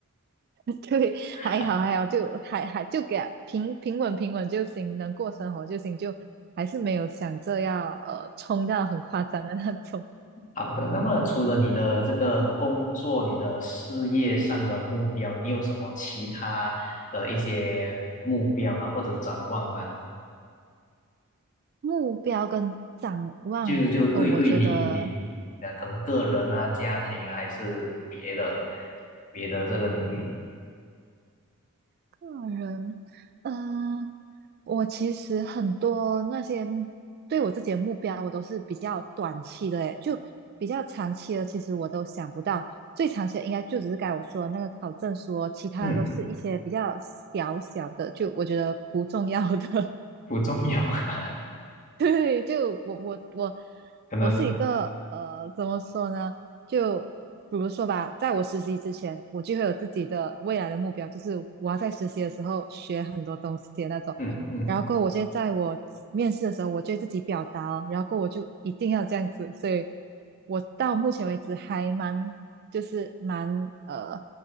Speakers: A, on the right; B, on the left.
A: <laughs> 对，
B: <laughs>
A: 还好还好，就还还就给它平平稳平稳就行，能过生活就行，就还是没有想着要呃冲到很夸张的那种
B: 好的，那么除了你的这个工作、你的事业上的目标，你有什么其他的一些目标吗？或者展望吗？
A: 目标跟展望。
B: 就就对对你你那可能个人啊、
A: 哦，我觉得
B: 家庭啊，还是别的别的这个领域，
A: 个人，嗯、我其实很多那些对我自己的目标，我都是比较短期的，诶，就比较长期的，其实我都想不到。最长期的应该就只是该我说的那个考证书哦，其他的都是一些比较小小的，
B: 嗯，
A: 就我觉得不重要的。
B: 不重要，<laughs>
A: <laughs> 对，就我我我
B: 可能
A: 我是一个呃，怎么说呢？就比如说吧，在我实习之前，我就会有自己的未来的目标，就是我要在实习的时候学很多东西的那种。
B: 嗯嗯。
A: 然后过后我就在我面试的时候，我就会自己表达哦，然后过后我就一定要这样子。所以，我到目前为止还蛮，就是蛮呃，